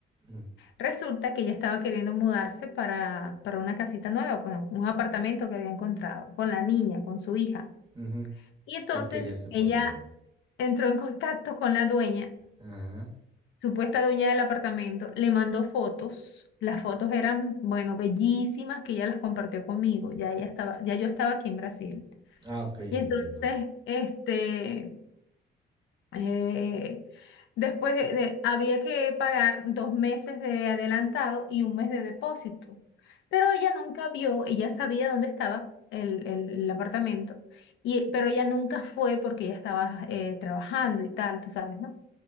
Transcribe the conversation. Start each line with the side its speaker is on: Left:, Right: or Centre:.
Right: <laughs>
Left: Resulta que ella estaba queriendo mudarse para, para una casita nueva, bueno, un apartamento que había encontrado con la niña, con su hija.
Right: Ujú.
Left: Y entonces
Right: Creo que ya sé
Left: ella
Right: por dónde va.
Left: entró en contacto con la dueña,
Right: Ajá.
Left: supuesta dueña del apartamento, le mandó fotos. Las fotos eran, bueno, bellísimas que ella las compartió conmigo. Ya ella estaba, ya yo estaba aquí en Brasil.
Right: Ah, ok, entiendo.
Left: Y entonces, este, Eh, después de- de- había que pagar dos meses de adelantado y un mes de depósito. Pero ella nunca vio, ella sabía dónde estaba el, el- el apartamento, y, pero ella nunca fue porque ella estaba eh, trabajando y tal, tú sabes, ¿no?